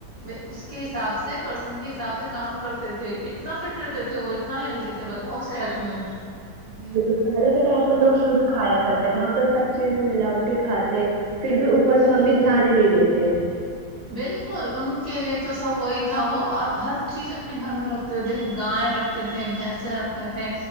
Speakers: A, on the left; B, on the right.
A: اس کے حساب سے پرسن کے حساب سے کام کرتے تھے اتنا فٹ رہتے تھے وہ اتنا ہیلدی تھے بتاؤ صحت مند
B: بالکل پہلے کے ٹائم پہ لوگ شھ کھایا کرتے تھے ہم تو سب چیز میں ملاوٹی کھاتے پھر بھی اوپر
A: ارے
B: کا ہمیں دھیان ہی نہیں دیتے <inaudible>
A: بالکل ان کے لیے تو سب وہی تھا وہ ہر چیز اپنے گھر میں رکھتے تھے گائیں رکھتے تھے بھینسیں رکھتے تھے